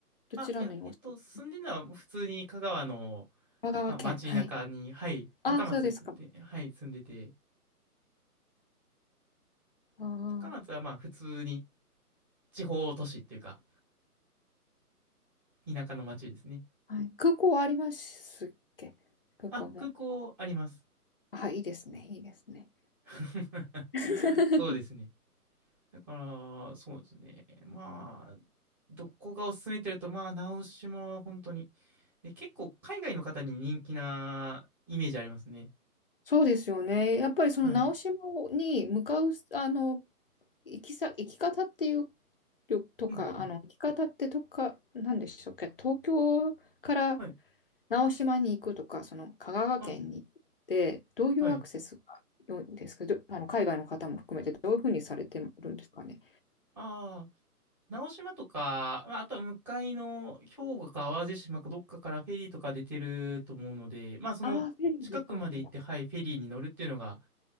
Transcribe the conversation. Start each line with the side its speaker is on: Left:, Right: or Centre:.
Left: どちらのにお住まい
Centre: あ、いや、えっと、住んでるのは普通に香川の、
Left: 香川県。
Centre: まあ、街中に、
Left: はい。
Centre: はい、
Left: ああ、
Centre: 高松って、
Left: そうですか。
Centre: はい、住んでて、
Left: あ
Centre: 高松はまあ、普通に地方都市っていうか、田舎の街ですね。
Left: あ、はい。空港はありますっけ空港も。
Centre: あ、空港あります。
Left: あ、いいですね。いいですね。
Centre: <laughs>
Left: <laughs>
Centre: そうですね。だから、そうですね。まあ、どこがおすすめって言うと、まあ、直島は本当に。で、結構海外の方に人気なイメージありますね。
Left: そうですよね。やっぱりその直島に向かう、
Centre: はい。
Left: あの、行きさ、行き方っていう、とか、
Centre: うん、うん。
Left: あの、行き方ってとか、なんでしょうか、東京から
Centre: はい。
Left: 直島に行くとか、その香川県に行って、
Centre: あ、
Left: どういうアクセスが良いんですか、
Centre: はい。
Left: どあの、海外の方も含めて、どういうふうにされてるんですかね。
Centre: ああ、直島とか、まあ、あとは向かいの兵庫か淡路島かどっかからフェリーとか出てると思うので、まあ、その近くまで行って、
Left: ああ、便利かも。
Centre: はい、フェリーに乗るっていうのが